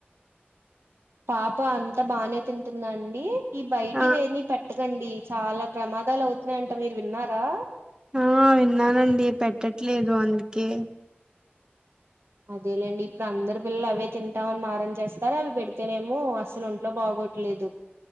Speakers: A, on the right; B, on the right.
A: పాప అంతా బానే తిన్ టుందా అండి ఈ బయటి
B: ఆ
A: వేమి పట్టి గండి చాలా ప్రమాదాలు అవుతున్నాయంట మీరు విన్నారా
B: ఆ విన్నానండి పెట్టట్లేదు అందుకే
A: అదేలేండి ఇప్పుడు అందరు పిల్లలు అవే తింటాం అని మారం చేస్తారు అవి పెడితేనేమో అసలు ఒంట్లో బాగో లేదు